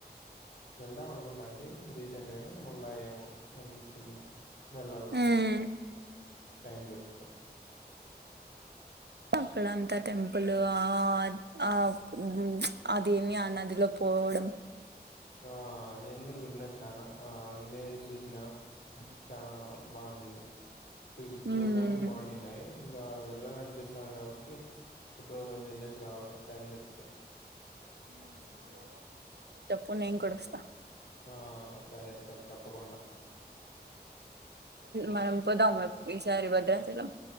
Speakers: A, on the left; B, on the right.
A: వెళ్దాం అనుకుంటా అండి, రీసెంట్ గానే మల్లా ఏమో అనిపించింది. వెెళ్ళల
B: మ్మ్
A: టైం దొరకుతే.
B: అక్కడ అంతా తెెం. ప్పులు ఆ ఆవ్ అదేమి ఆ నదిలో పోవడం.
A: ఆ నేను కూడా విన్నా చనా ఆ ఇమేజెస్ చూసినా చనా బాగుంది. చూసి
B: మ్మ్
A: చూడానికి బాగున్నాయి. ఇంకా వెళ్ళాల అనిపిస్తుంది. కాబట్టి ఎప్పుడో రోజు వెళ్ళేసి రావాల టైం దొరికితే.
B: వుండు నేను కూడా వస్తా..
A: ఆ సరే చెప్ తప్పకుండా.
B: మనం పోదాము ఈసారి భద్రాచలం.